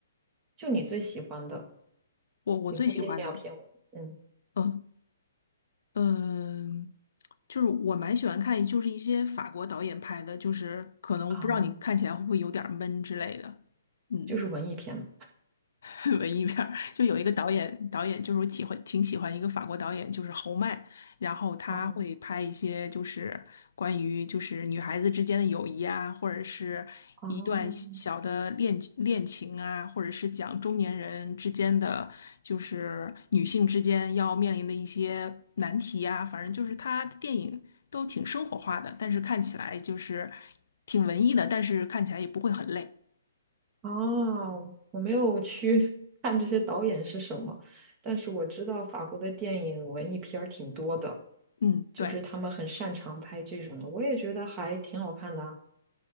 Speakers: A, on the right; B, on the left.
A: 就你最喜欢的，
B: 我我最喜欢的，
A: 也不一定要偏文艺嗯
B: 嗯嗯，就是我蛮喜欢看，就是一些法国导演拍的，就是可能不知道你看起来会不会有点儿闷之类的。
A: 啊，
B: 嗯。
A: 就是文艺片嘛。
B: <laughs> 文艺片儿，就有一个导演，导演就是我喜欢挺喜欢一个法国导演，就是侯麦，然后他会拍一些就是关于就是女孩子之间的友谊啊，
A: 哦
B: 或者是一段小小的恋恋情啊，
A: 哦，
B: 或者是讲中年人之间的就是女性之间要面临的一些难题啊，反正就是他的电影都挺生活化的，但是看起来就是挺文艺的，但是看起来也不会很累。
A: 哦，我没有去 <laughs> 看这些导演是什么，但是我知道法国的电影文艺片儿挺多的，
B: 嗯，
A: 就是他们很擅长拍这种的，
B: 对。
A: 我也觉得还挺好看的啊，